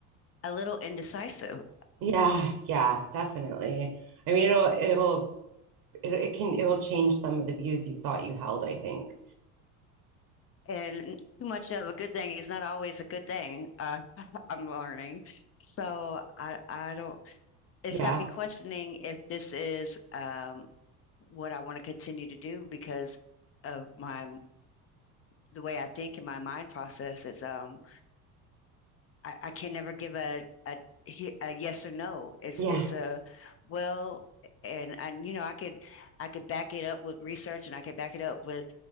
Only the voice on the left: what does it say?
a little indecisive.
And too much of a good thing is not always a good thing. Uh, <laughs> I'm learning. So I, I don't, it's
got me questioning if this is um, what I want to continue to do because of my, the way I think in my mind process. It's, um, I, I can never give a, a a yes or no. It's
it's a well, and and you know I could I could back it up with research and I could back it up with